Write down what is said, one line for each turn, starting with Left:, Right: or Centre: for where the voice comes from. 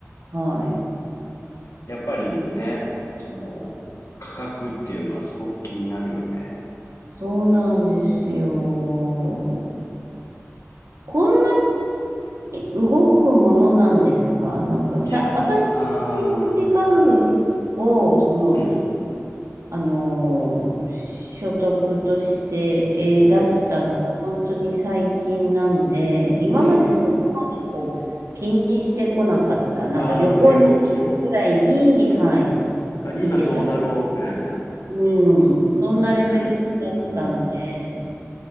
Right: はい。
Left: やっぱりね、その、価格っていうのはすごく気になるよね。
Right: そうなんですよ。こんなに動くものなんですかなんかさ、
Left: いや、
Right: 私、
Left: ああ、
Right: アメリカドルを、
Left: うん
Right: その、
Left: うん、うん、
Right: あのー、所得として、えー出したのは本当に最近なんで、
Left: うん、
Right: 今までそこまでこう気にしてこなかった。
Left: うん、うん。
Right: なんか旅行に行く時くらいに、
Left: ああ、値動きよ。うん、
Right: はい、
Left: うん。あ、今どうだろうぐらいな。
Right: 見てたんだ。うん、そんなレベルだったんで、
Left: はいはい。うん、う